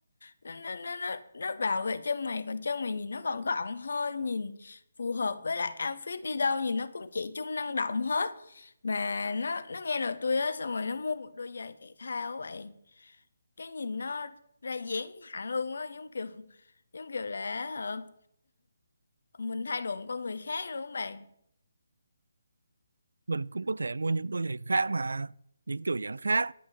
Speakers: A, on the left; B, on the right.
A: nó nó nó nó, nó bảo vệ chân mày còn chân mày nhìn nó gọn gọn hơn nhìn phù hợp với lại outfit đi đâu nhìn nó cũng trẻ trung năng động hết mà nó nó nghe lời tôi á xong rồi nó mua một đôi giày thể thao vậy cái nhìn nó ra dáng hẳn luôn á giống kiểu giống kiểu là ờ, mình thay đổi một con người khác luôn các bạn
B: mình cũng có thể mua những đôi giày khác mà những kiểu dáng khác